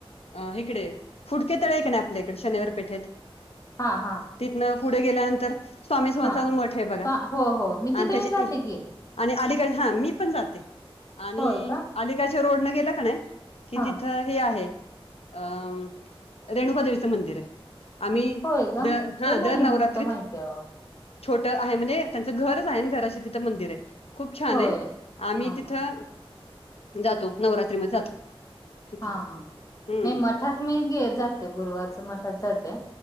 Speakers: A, on the left (about 85°); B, on the left (about 35°).
A: अ इकडे फुडके तळे आहे का नाही आपल्या इकडे शनिवार पेठेत.
B: हा हा
A: तिथन पुढे गेल्यानंतर स्वामी संवथला
B: हा
A: मोठ आहे बघा
B: हो हो मी तिथे
A: आणि त्याच्या
B: मी जाते की
A: आणि अलीगड हा मी पण जाते आणि
B: होय का
A: अलीकच्या रोड न गेला का नाही कि
B: हा
A: तिथं हे आहे अं रेणुकादेवीचं मंदिर आहे. आम्ही
B: होय का
A: द हा
B: ते नाही
A: दर नवरात्रीत
B: होत माहिती आहे.
A: छोटं आहे म्हणजे त्यांचं घरचं आहे आणि घराशी तिथं मंदिर आहे खूप छान
B: होय
A: आहे आम्ही
B: हा
A: तिथं
B: हा
A: जातो नवरात्रीमध्येध्ये जातो तिथे
B: हा हा
A: हम्म.
B: नाही मठात मीे जाते गुरुवारच मठात जाते.